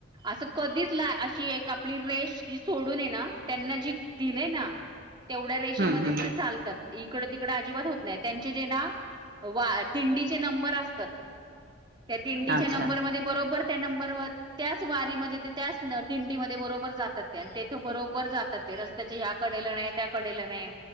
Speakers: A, on the right; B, on the right.
A: अस कधीच अशी आपली रेश जी सोडून आहे ना त्यांना जी दिलय ना तेवढ्या रेषेमध्येच
B: हम्म हम्म हम्म
A: ते चालतात इकडं तिकडं अजिबात होत नाही त्यांचे जे ना दिंडीचे नंबर असतात त्या दिंडीच्या
B: अच्छा
A: नंबर मध्ये बरोबर त्या नंबर त्याच वारीमध्ये ते त्याच दिंडीमध्ये बरोबर जातात ते तेथे बरोबर जातात ते रस्त्याच्या या कडेला नाही त्या